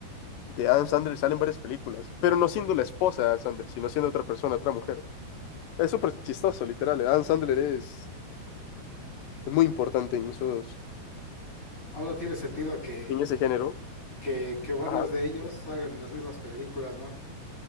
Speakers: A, on the left (about 75°); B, on the left (about 20°).
A: de Adam Sandler sale en varias películas, pero no siendo la esposa de Adam Sandler, sino siendo otra persona, otra mujer. Es súper chistoso, literal. Adam Sandler es, es muy importante en esos,
B: Ahora tiene sentido que,
A: en ese género.
B: que, que varios
A: Ajá.
B: de ellos salgan en las mismas películas, ¿no?